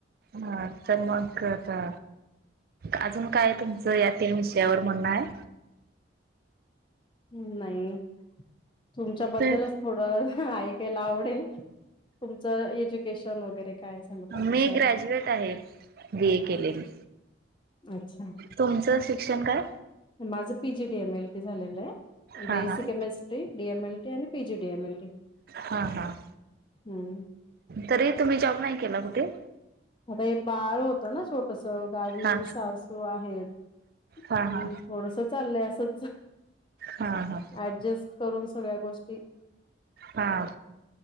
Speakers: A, on the right; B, on the left.
A: हां तर‌ मग आता अजून काय तुमचं यातील विषयावर म्हणणं आहे.
B: नाही तुमच्याबद्दलच
A: तर
B: थोडं ऐकायला आवडेल तुमचं एज्युकेशन वगैरे काय झालं त्यानुसार
A: मी ग्रॅज्युएट आहे. बी ए केलय मी.
B: अच्छा!
A: तुमचं शिक्षण काय?
B: माझं P G D M L T झालेलं आहे.
A: हा
B: basic
A: हा
B: chemistry D M L T आणि PG D M L T.
A: हां हां.
B: हम्म.
A: तरी तुम्ही जॉब नाही केला कुठे?
B: आता हे बाळ होतं ना छोटस गावी
A: हा
B: सासू आहेत.
A: हा
B: हम्म
A: हा
B: थोडस चाललंय असंच
A: हा हा
B: ऍडजेस्ट करून सगळ्या गोष्टी
A: हा